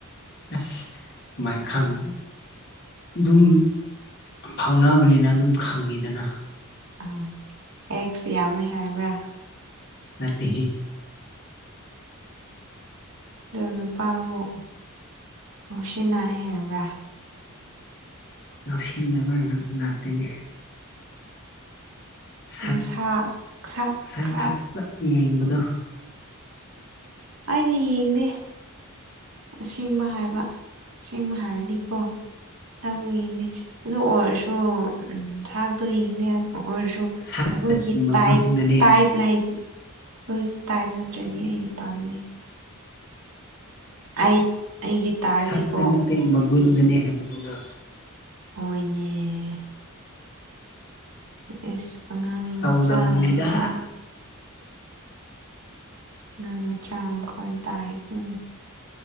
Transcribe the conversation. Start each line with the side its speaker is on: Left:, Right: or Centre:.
Left: ꯑꯁ ꯃꯥꯏ ꯈꯪ ꯑꯗꯨꯝ ꯐꯥꯎꯅꯕꯅꯤꯅ ꯑꯗꯨꯝ ꯈꯪꯉꯤꯗꯅ
Right: ꯑꯥ ꯑꯦꯛꯁ ꯌꯥꯝꯃꯦ ꯍꯥꯏꯕ꯭ꯔꯥ
Left: ꯅꯠꯇꯒꯤ
Right: ꯑꯣ ꯅꯨꯄꯥꯕꯨ ꯃꯨꯁꯤ ꯅꯥꯏ ꯍꯥꯏꯕ꯭ꯔꯥ
Left: ꯉꯥꯎꯁꯤꯟꯅꯕ ꯉ ꯉꯥꯛꯇꯅꯤ ꯁꯛ
Right: ꯅꯨꯡꯁꯥ ꯁꯥ
Left: ꯁꯛ
Right: ꯈꯔ
Left: ꯈꯛꯇ ꯌꯦꯡꯕꯗꯣ
Right: ꯑꯩꯗꯤ ꯌꯦꯡꯗꯦ ꯑꯁꯦꯡꯕ ꯍꯥꯏꯕ ꯑꯁꯦꯡꯕ ꯍꯥꯏꯔꯗꯤꯀꯣ ꯊꯥꯛꯇꯣ ꯌꯦꯡꯗꯦ ꯑꯗꯨ ꯑꯣꯏꯔꯁꯨ ꯊꯥꯛꯇꯣ ꯌꯦꯡꯗꯦ ꯑꯣꯏꯔꯁꯨ
Left: ꯁꯛ
Right: ꯑꯩꯈꯣꯏꯒꯤ
Left: ꯃꯒꯨꯟꯗꯅꯦ
Right: ꯇꯥꯏ ꯇꯥꯏꯞ ꯂꯥꯏ ꯑꯩꯈꯣꯏꯒꯤ ꯇꯥꯏꯝ ꯅꯠꯇ꯭ꯔꯗꯤ ꯑꯩ ꯄꯥꯝꯅꯩ ꯍꯥꯏ ꯑꯩꯒꯤ ꯇꯥꯏꯞꯇꯤꯀꯣ
Left: ꯁꯛꯇ ꯅꯠꯇꯦ ꯃꯒꯨꯟꯗꯅꯤ ꯍꯥꯏꯕꯗꯨꯗ
Right: ꯍꯣꯏꯅꯦ ꯑꯦꯁ ꯑꯉꯥꯡ
Left: ꯇꯧꯔꯝꯃꯣꯏꯗ
Right: ꯃꯆꯥ ꯂꯩꯕ꯭ꯔꯥ ꯑꯉꯥꯡ ꯃꯆꯥ ꯑꯃ ꯃꯈꯣꯟ ꯇꯥꯏꯀ